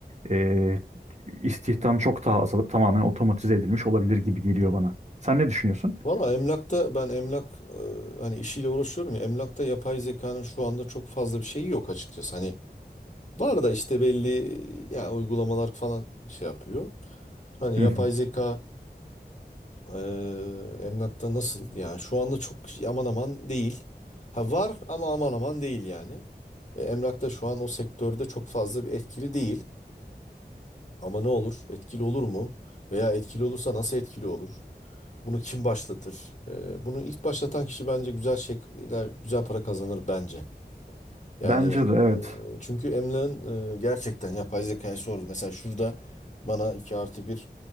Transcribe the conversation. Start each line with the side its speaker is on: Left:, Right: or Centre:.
Right: eee istihdam çok daha azalıp tamamen otomatize edilmiş olabilir gibi geliyor
Left: Hı.
Right: bana. Sen ne düşünüyorsun?
Left: Valla emlakta ben emlak e, hani işiyle uğraşıyorum ya emlakta yapay zekanın şu anda çok fazla bir şeyi yok açıkçası. Hani var da işte belli ya uygulamalar falan şey yapıyor. Hani
Right: <laughs>
Left: yapay zeka e, emlakta nasıl yani şu anda çok aman aman değil. Ha var ama aman aman değil yani. E, emlakta şu an o sektörde çok fazla bir etkili değil. Ama ne olur etkili olur mu? Veya etkili olursa nasıl etkili olur? Bunu kim başlatır? Ee, bunu ilk başlatan kişi bence güzel şeyler, güzel para kazanır bence. Yani
Right: Bence de evet.
Left: e, çünkü Emlak'ın e, gerçekten yapay zekaya sordu. Mesela şurada bana 2 artı 1